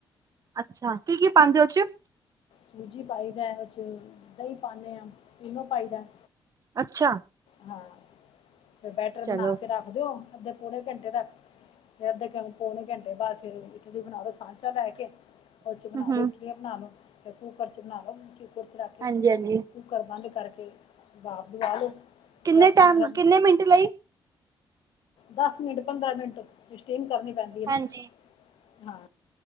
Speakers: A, on the right (about 40°); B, on the left (about 80°).
A: ਅੱਛਾ, ਕੀ ਕੀ ਪਾਾਂਦੇ ਹੋ ਵਿਚ।
B: ਸੂਜੀ ਪਾਈ ਦਾ ਵਿੱਚ ਦਹੀਂ ਪਾਂਦੇ ਹਾਂ ਇਨੋ ਪਾਈਦਾ ਹੈ।
A: ਅੱਛਾ
B: ਹਾਂ ਤੇ ਬੈਟਰ
A: ਚਲੋ
B: ਬਣਾ ਕੇ ਰੱਖ ਦਿਓ ਅੱਧੇ ਪੌਣੇ ਘੰਟੇ ਤੱਕ। ਫਿਰ ਅੱਧੇ ਕਨ, ਪੌਣੇ ਘੰਟੇ ਬਾਦ ਫਿਰ ਇਡਲੀ ਬਨਾ ਲੋ, ਸਾਂਚਾ ਲੈ ਕੇ। ਓ ਚ
A: ਹਮ
B: ਬਨਾ ਕੇ
A: ਹਮ
B: ਇਟਲੀਆਂ ਬਨਾ ਲੋ ਫਿਰ ਕੂੱਕਰਚ ਬਨਾ ਲੋ, ਕੁਕਰ ਇਚ ਰੱਖ ਕੇ
A: ਹਾਂਜੀ ਹਾਂਜੀ
B: ਕੁੂੱਕਰ ਬਾੰਦ ਕਾਰਕੇ ਭਾਪ ਦਵਾ ਲੋੋ,
A: ਕਿੰਨੇ
B: ਦਾੱਸ-ਪੰਦਰਾਂ
A: ਟਾਈਮ
B: ਮਿੰਟ
A: ਕਿੰਨੇ ਲਈ
B: ਦਾੱਸ ਮਿੰਟ, ਪੰਦਰਾਂ ਮਿੰਟ ਸਟੀਮ ਕਰਨੀ ਪੈਂਦੀ੍ ਏ ਨਾ,
A: ਹਾਂਜੀ
B: ਹਾਂ।